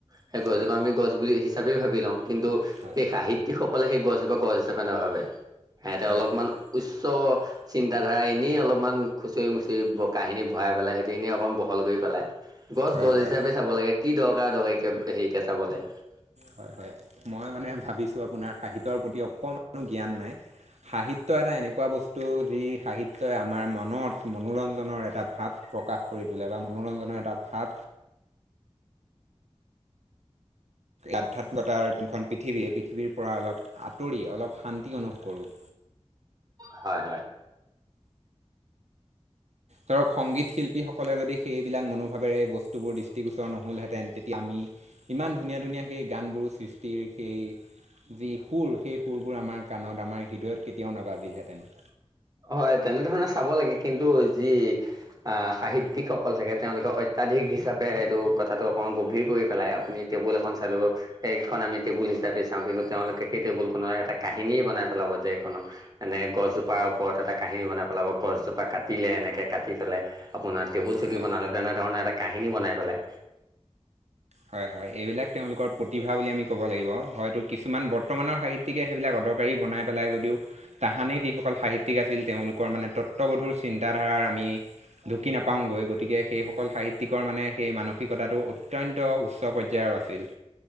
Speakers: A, on the right; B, on the right.
A: সেই গছজোপা
B: হয়
A: আমি গছ বুলি হিচাপে, ভাবি লওঁ কিন্তু
B: হয়
A: সেই সাহিত্যিক সকলে সেই গছজোপা গছ হিচাপে নাভাবে। সিহঁতে
B: হয়
A: অলপমান উচ্চ চিন্তাধাৰা এনেই অলপমান খুচৰি মুচৰি। কাহিনী ভৰাই পেলাই সেইখিনি অকণ বহল কৰি পেলাই। গছ
B: হয়
A: গছ
B: হয় হয়
A: হিচাপে চাব লাগে। কি দৰকাৰ দৰকাৰীে হেৰিকে চাব লাগে।
B: হয় হয় মই মানে ভাবিছোঁ আপোনাৰ সাহিত্যৰ প্ৰতি অকণমানো জ্ঞান নাই। সাহিত্য এটা এনেকুৱা বস্তু। যি সাহিত্যই আমাৰ মনত মনোৰঞ্জনৰ এটা ভাৱ প্ৰকাশ কৰি তোলে বা মনোৰঞ্জনৰ এটা ভাৱ। ভাব। আধাত্মতাৰ যোনখন পৃথিৱী এই পৃথিৱীৰ পৰা অলপ আঁতৰি অলপ শান্তি অনুভৱ কৰোঁ।
A: হয় হয়।
B: ধৰক সংগীত শিল্পীসকলে যদি সেইবিলাক মনোভাৱেৰে বস্তুবোৰ দৃষ্টিগোচৰ নহ'লহেঁতেন তেতিয়া আমি। ইমান ধুনীয়া- ধুনীয়া সেই গানবোৰ সৃষ্টিৰ সেই যি সুৰ সেই সুৰবোৰ আমাক। কাণত আমাৰ হৃদয়ত কেতিয়াও নাবাজিলহেঁতেন।
A: হয়, তেনেধৰণে চাব লাগে কিন্তু যি। আহ সাহিত্যিকসকল থাকে তেওঁলোকে অত্যাধিক হিচাপে সেইটো কথাটো অকণমান গভীৰ কৰি পেলাই আপুনি টেবুল এখন চালো সেইখন আমি টেবুল হিচাপে চাওঁ কিন্তু তেওঁলোকে সেই টেবুল খনৰ এটা কাহিনী বনাই পেলাব যে এইখন এনে গছজোপাৰ ওপৰত এটা কাহিনী বনাই পেলাব গছজোপা কাটিলে এনেকৈ কাটি পেলাই আপোনাৰ টেবুল চকী
B: হয়
A: বনালে তেনে ধৰণে এটা কাহিনী বনাই পেলাই
B: হয় হয় এইবিলাক তেওঁলোকৰ প্ৰতিভা বুলি আমি ক'ব লাগিব হয়তো কিছুমান বৰ্তমানৰ সাহিত্য গতিকে সেইবিলাক অদৰকাৰী বনাই পেলাই যদিও তাহানি যিসকল সাহিত্যিক আছিল তেওঁলোকৰ মানে তত্ববধুৰ চিন্তাধাৰাৰ আমি ঢুকি নাপাওঁগৈ গতিকে সেইসকল সাহিত্যিকৰ মানে সেই মানসিকতাটো অত্যন্ত অত্যন্ত উচ্চ পৰ্যায়ৰ আছিল